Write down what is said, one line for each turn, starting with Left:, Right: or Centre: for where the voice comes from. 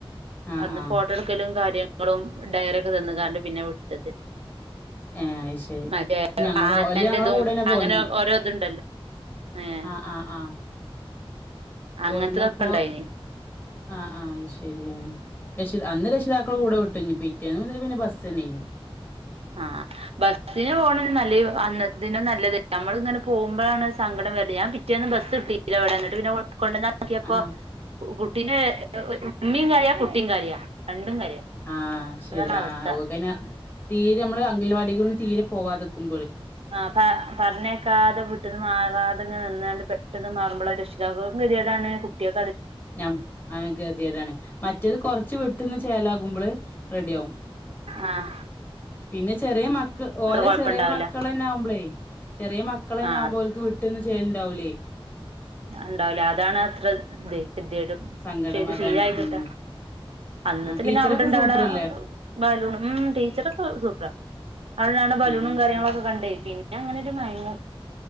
Left: ആ
Right: അവ്ട്ന്ന്
Left: ആ
Right: ഫോട്ടട്ക്കലും കാര്യങ്ങളും ഡയറി ക്കെ തന്ന്ക്കാണ്ട് പിന്നെ വിട്ടത്.
Left: ഏഹ് അയ്ശെരി
Right: മറ്റേ
Left: ഞങ്ങള്
Right: ആനന്റെതും
Left: ഓല് ഞങ്ങളെ കൂടെൻ പോന്ന
Right: അങ്ങനെ ഓരോ ഇതുണ്ടല്ലോ ഏഹ്
Left: ആഹ് ആഹ് ആഹ്
Right: അങ്ങനത്തതൊക്കെ
Left: പോര്ന്നപ്പോ
Right: ഉണ്ടായിനി
Left: ആഹ് ആഹ് ഐശ് ശെരിയാണ് രെഷി അന്ന് രക്ഷിതാക്കളെ കൂടെ വിട്ടു. ഞ്ഞി പിറ്റേന്ന് മുതല് പിന്നെ ബസ്സെനേയ്നു.
Right: ആഹ് ബസ്സിന് പോണെ <unintelligible> അന്ന് ഇത നല്ലത് നമ്മള ഇങ്ങനെ പോമ്പോഴാണ് സങ്കടം വര ഞാൻ പിറ്റേ ഒന്ന് ബസ് ഇട്ടില്ല <unintelligible> പിന്നെ കൊണ്ടാന്നാ ക്കിയപ്പോ
Left: ആ
Right: കുട്ടീന്റെ ഉമീം കരയാ കുട്ടീം കരയാ രണ്ടും കരയാ
Left: ആഹ് ശെരി
Right: അതാണ് അവസ്ഥ
Left: ആഹ് ഓകൈ ന് തീരെ മ്മള് അങ്കൽവാടിക്കൊന്നും തീരെ പോവാതെക്കും
Right: ആഹ് പ പറഞ്ഞേക്കാതെ വിട്ട്ന്ന് മാറാതെ ങ്ങനെ നിന്നാണ്ട് പെട്ടെന്ന് മാറ്മ്പളാ രു ശ് <unintelligible> കെത്യേടാണ് കുട്ട്യൾ
Left: ഞ്ഞം ആഹ് ഗത്യേടാണ് മറ്റേത് കൊർച്ച് വിട്ട്ന്ന് ചേലാകുമ്പള് റെഡിയാവും
Right: ആഹ്
Left: പിന്നെ ചെറിയ മക്ക് ഓലെ
Right: കൊഴപ്പണ്ടാവില്ല
Left: ചെറിയ മക്കളെന്നാമ്പളെ ചെറിയ മക്കളെന്നാവുമ്പോ
Right: ആ
Left: ഓല്ക് വി ട്ട്ന്ന് ചേല്ണ്ടാവൂലേ
Right: ണ്ടാവൂല അതാണ് അത്ര ഇത് കെത്യേടും
Left: സങ്കടം
Right: പക്ഷെ ഇത്
Left: അതാണ്
Right: ശീലായി
Left: ഉം
Right: കിട്ടാ അന്നത്തെ
Left: ആ ടീച്ചറൊക്കെ
Right: പിന്നെ അവടെണ്ടാണ
Left: സൂപ്പറല്ലേ
Right: ബാലുണും മ് ടീച്ചറൊക്കെ സൂപ്പറാ അവടുണ്ടാക്കണ ബലൂണും
Left: ഏ
Right: കാര്യങ്ങളൊക്കെ
Left: ശരി
Right: കണ്ടേ പിന്നങ്ങനെയൊരു മയങ്ങും.